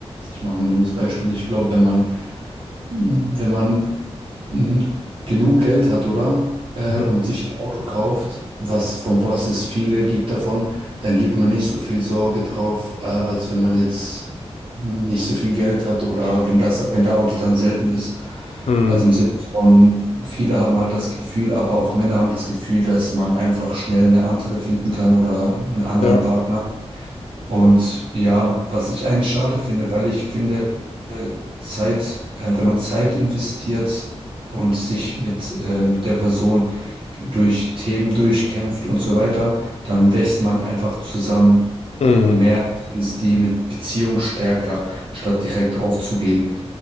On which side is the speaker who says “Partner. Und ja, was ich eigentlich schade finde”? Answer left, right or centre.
Right